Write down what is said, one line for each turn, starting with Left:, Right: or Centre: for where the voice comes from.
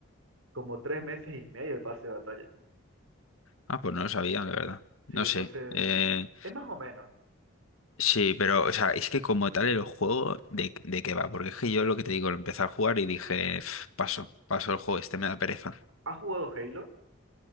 Right: como tres meses y medio el pase de batalla.
Left: Ah, pues no lo sabía, la verdad. No
Right: Sí, entonces
Left: sé. Eh,
Right: es más o menos.
Left: sí, pero, o sea, es que como tal el juego, ¿de, de qué va? Porque es que yo lo que te digo, lo empecé a jugar y dije, "Pf, paso, paso el juego, este me da pereza.
Right: ¿Has jugado Halo?